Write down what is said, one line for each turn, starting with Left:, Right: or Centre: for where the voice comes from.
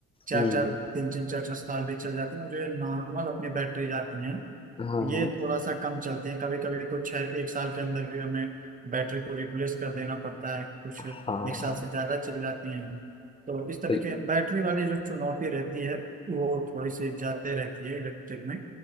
Right: चार
Left: हम्म
Right: चार तीन तीन चार चार साल भी चल जाती है और जो ये नॉर्मल अपनी बैटरी जाती हैं
Left: हाँ
Right: ये
Left: हाँ
Right: थोड़ा सा कम चलती है कभी कभी तो छः एक साल के अंदर भी हमें बैटरी को रिप्लेस कर देना पड़ता है कुछ एक
Left: हाँ
Right: साल से ज्यादा चल जाती हैं तो इस तरीके
Left: बिल,
Right: बैटरी वाली जो चुनौती रहती है वो थोड़ी सी ज्यादा रहती है इलेक्ट्रिक में